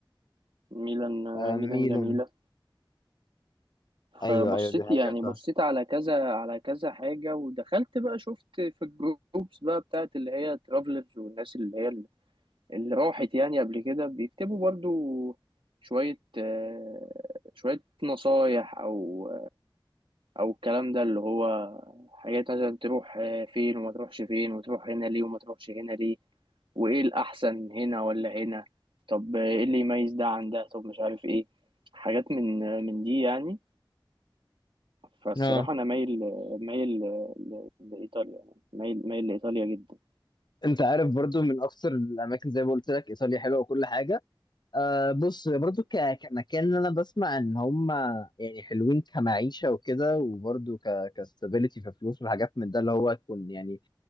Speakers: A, on the right; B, on the left.
A: ميلان آه،
B: آه،
A: ميلان
B: ميلان
A: جميلة
B: ايوه
A: فبصيت
B: ايوه دي حقيقه
A: يعني
B: فاهم.
A: بصيت على كذا على كذا حاجة ودخلت بقى شفت في الجروبس بقى بتاعت اللي هي ترافلرز والناس اللي هي اللي راحت يعني قبل كده بيكتبوا برضو شوية آه، شوية نصايح أو أو الكلام ده اللي هو حاجات مثلا تروح آه، فين وما تروحش فين وتروح هنا ليه وما تروحش هنا ليه وإيه الأحسن هنا ولا هنا طب إيه اللي يميز ده عن ده طب مش عارف إيه حاجات من من دي يعني فالصراحة
B: اه
A: أنا مايل مايل ل- لإيطاليا يعني مايل مايل لإيطاليا جدا
B: انت عارف برضو من اكثر الاماكن زي ما قلت لك ايطاليا حلوه وكل حاجه أه بص برضو ك... كمكان انا بسمع ان هم يعني حلوين كمعيشه وكده وبرضو ك كستابيليتي في فلوس وحاجات من ده اللي هو تكون يعني